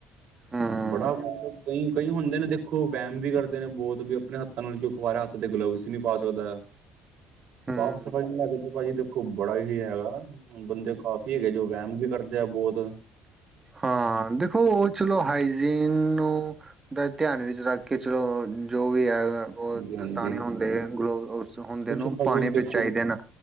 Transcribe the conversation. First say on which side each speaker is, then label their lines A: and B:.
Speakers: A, on the right; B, on the right.
A: ਹੂੰ
B: ਬੜਾ ਮਤਲਬ ਕਈਂ- ਕਈ ਹੁੰਦੇ ਨੇ ਦੇਖੋ ਕੋਈ ਵੈਮ ਵੀ ਕਰਦੇ ਨੇ ਬੋਤ, ਵੀ ਅਪਨੇ ਹੱਥਾਂ ਨਾਲ ਕੇਓ ਖਵਾ ਰੇਆ ਹੱਥ ਤੇ ਗਲਵਸ ਵੀ ਨੀ ਪਾ ਸਕਦੈ।
A: ਹੂੰ
B: ਸਾਫ-ਸਫਾਈ ਨੂੰ ਲੈ ਕੇ ਤੇ ਭਾਜੀ ਦੇਖ ਕੋਈ ਬੜਾ ਈ ਹੈਗਾ। ਬੰਦੇ ਕਾਫੀ ਹੈਗੇ ਜੋ ਵੈਮ ਵੀ ਕਰਦੇ ਆ ਬੋਤ।
A: ਹਾਂ,। ਦੇਖੋ ਓ ਚਲੋ ਹਾਈਜੀ਼ਨ ਨੂੰ, ਗਲ ਧੇਆਨ ਵਿੱਚ ਰੱਖ ਕੇ ਚਲੋ, ਜੋ ਵੀ ਆਏਗਾ ਓ
B: ਹਾਂਜੀ ਹਾਂਜੀ
A: ਦਸਤਾਨੇ ਹੁੰਦੇ ਨ ਗਲਵ ਸ, ਹੁੰਦੇ
B: ਕੁਛ
A: ਨੇ ਓ
B: ਭਾਜੀ
A: ਪਾਣੇ
B: ਦੇਖੋ
A: ਵੀ ਚਾਈਦੇ ਨ।